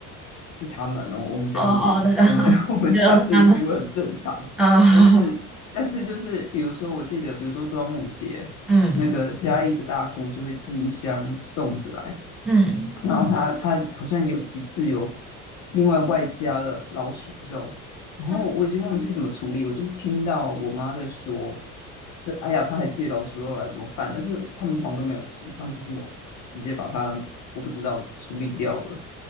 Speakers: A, on the left; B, in the centre.
A: 是他们哦，我们家没有，
B: 哦哦，对的，
A: 我们
B: <laughs>
A: <laughs> 我们家吃的食物很正常，
B: 就他们啊，
A: 但是但是就是比如说，我记得比如说端午节，
B: 嗯
A: 那个嘉义的大姑就会寄一箱粽子来。
B: 嗯，
A: 然后他他好像有几次有另外外加了老鼠肉，然后我已经忘记怎么处理，
B: 嗯
A: 我就是听到我妈在说，说哎呀，她还借老鼠肉来怎么办？但是他们好像都没有吃，他们就是直接把它我不知道处理掉了。